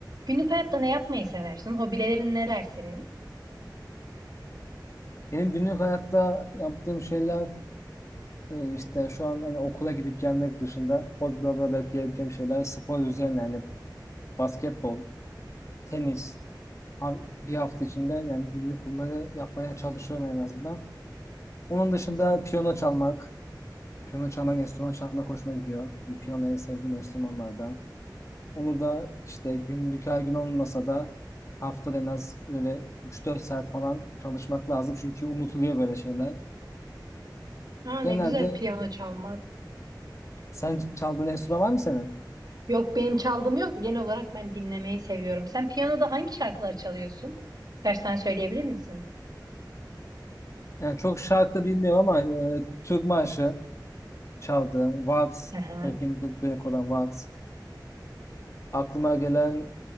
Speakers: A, on the right; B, on the left.
A: Günlük hayatta ne yapmayı seversin? Hobilerin neler senin?
B: Benim günlük hayatta yaptığım şeyler e, işte şu an hani okula gidip gelmek dışında hobi olarak diyebileceğim şeyler spor üzerine yani basketbol, tenis ha- bir hafta içinde yani günlük bunları yapmaya çalışıyorum en azından. Onun dışında piyano çalmak, piyano çalmak, enstrüman çalmak hoşuma gidiyor. Yani Piyano en sevdiğim enstrümanlardan. Onu da işte günlük her gün olmasa da haftada en az böyle üç dört saat falan çalışmak lazım çünkü unutuluyor böyle şeyler.
A: Ha ne
B: Genelde
A: güzel piyano çalmak.
B: Sen ç- çaldığın enstrüman var mı senin?
A: Yok benim çaldığım yok da genel olarak ben dinlemeyi seviyorum. Sen piyanoda hangi şarkılar çalıyorsun? Birkaç tane söyleyebilir misin?
B: Yani çok şarkı bilmiyorum ama e, Türk marşı çaldığım, Waltz,
A: Aha.
B: Evgeni Gr- Grenk olan Waltz. Aklıma gelen